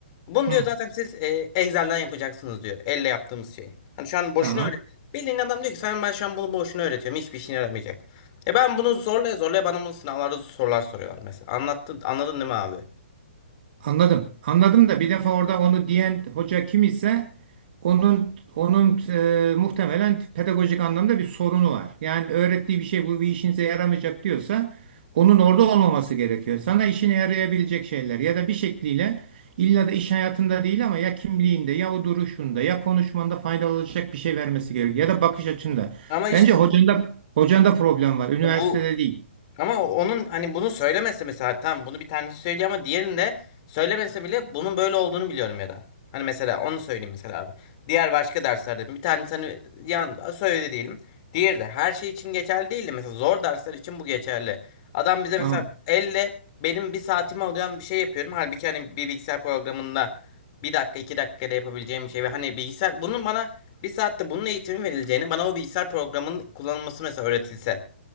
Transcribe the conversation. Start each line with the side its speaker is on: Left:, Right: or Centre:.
Left: Bunu
Right: Hı,
Left: diyor zaten siz e, Excel'den yapacaksınız diyor. Elle yaptığımız şey. Hani şu an boşuna
Right: tamam.
Left: öyle. Bildiğin adam diyor ki sen ben şu an bunu boşuna öğretiyorum. Hiçbir işine yaramayacak. E ben bunu zorlaya zorlaya bana bunu sınavlarda sorular soruyorlar mesela. Anlattın, anladın değil mi abi?
Right: Anladım. Anladım da bir defa orada onu diyen hoca kim ise onun onun e, muhtemelen pedagojik anlamda bir sorunu var. Yani öğrettiği bir şey bu bir işinize yaramayacak diyorsa onun orada olmaması gerekiyor. Sana işine yarayabilecek şeyler ya da bir şekliyle illa da iş hayatında değil ama ya kimliğinde ya o duruşunda ya konuşmanda faydalı olacak bir şey vermesi gerekiyor ya da bakış açında.
Left: Ama işte
Right: Bence hocanda hocanda problem var. Üniversitede
Left: bu
Right: değil.
Left: Ama onun hani bunu söylemese mesela tamam bunu bir tanesi söylüyor ama diğerini de söylemese bile bunun böyle olduğunu biliyorum ya da. Hani mesela onu söyleyeyim mesela abi. Diğer başka derslerde bir tanesi hani yan, söyledi diyelim. Diğeri de her şey için geçerli değil de mesela zor dersler için bu geçerli. Adam bize
Right: Tamam.
Left: mesela elle benim bir saatimi alıyor bir şey yapıyorum. Halbuki hani bir bilgisayar programında bir dakika iki dakikada yapabileceğim bir şey. Ve hani bilgisayar bunun bana bir saatte bunun eğitimi verileceğini bana o bilgisayar programının kullanılması mesela öğretilse.